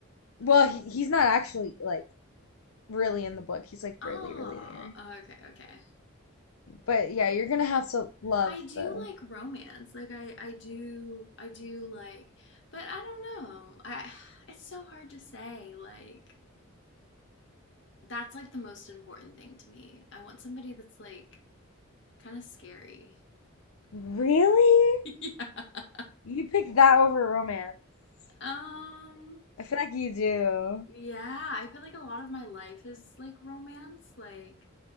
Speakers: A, on the left; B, on the left.
A: well, he, he's not actually like really in the book. He's like
B: Oh,
A: barely really there.
B: okay, okay.
A: But yeah, you're gonna have to love
B: I do
A: the
B: like romance. Like I I do I do like but I don't know. I <sighs> it's so hard to say like that's like the most important thing to me. I want somebody that's like kind of scary.
A: Really?
B: <laughs> yeah.
A: You pick that over romance.
B: Um
A: I feel like you do.
B: yeah, I feel like a lot of my life is like romance. Like